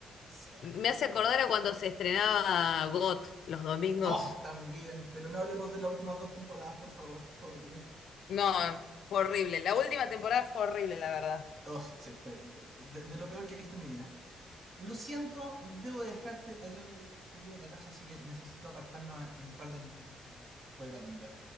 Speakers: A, on the right (about 40°); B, on the left (about 65°).
A: Sí.
B: Me hace acordar a cuando se estrenaba GOT los domingos.
A: Oh, también, pero no hablemos de las últimas dos temporadas, por favor. Fue horrible.
B: No, fue horrible. La última temporada fue horrible, la verdad.
A: Oh, sí, per- per- de, de lo peor que he visto en mi vida. Lo siento, debo dejarte. Acaba de llegar un pedido a la casa, así que necesito apartarme un par de minutos para poder atender.